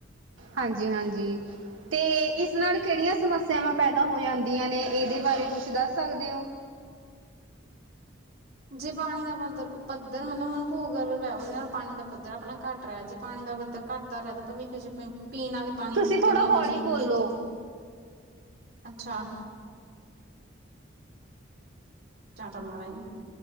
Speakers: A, on the right (about 90°); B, on the right (about 50°).
A: ਹਾਂਜੀ ਹਾਂਜੀ ਤੇ ਇਸ ਨਾਲ ਕਿਹੜੀਆਂ ਸਮੱਸਿਆਵਾਂ ਪੈਦਾ ਹੋ ਜਾਂਦੀਆਂ ਨੇ ਇਹਦੇ ਬਾਰੇ ਕੁਛ ਦੱਸ ਸਕਦੇ ਹੋ
B: ਜੇ ਪਾਣੀ ਦਾ ਬੰਦਰ ਪੱਧਰ ਮਤਲਬ ਹੁਣ ਭੂਗਰਭ ਹੈ ਉਹਦੇ ਨਾਲ ਪਾਣੀ ਦਾ ਪੱਧਰ ਆਪਣਾ ਘੱਟ ਰਿਹਾ ਜੇ ਪਾਣੀ ਦਾ ਪੱਧਰ ਘੱਟਦਾ ਰਿਹਾ ਤਾਂ ਭਵਿੱਖ ਚ ਪੀਣ ਵਾਲੇ ਪਾਣੀ
A: ਤੁਸੀਂ
B: ਦੀ ਵੀ
A: ਥੋੜਾ
B: ਕਮੀ ਹੋ
A: ਹੌਲੀ
B: ਜਾਏਗੀ
A: ਬੋਲੋ
B: ਖੇਤੀ ਲਈ ਅੱਛਾ ਚਟੋ ਮਲਾਈ